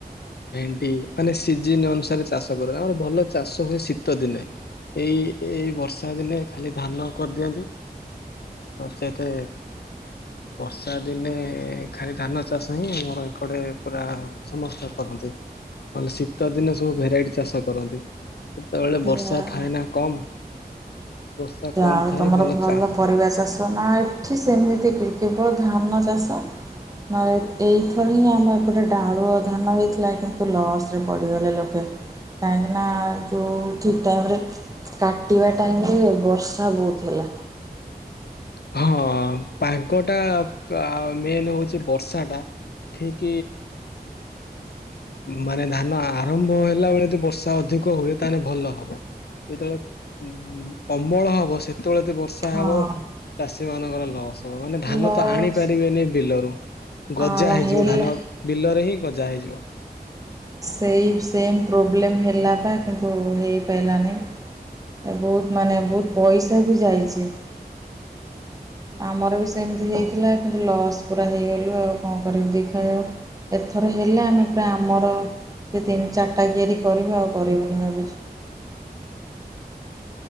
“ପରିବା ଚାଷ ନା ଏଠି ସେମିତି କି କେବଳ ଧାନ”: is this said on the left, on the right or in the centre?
Right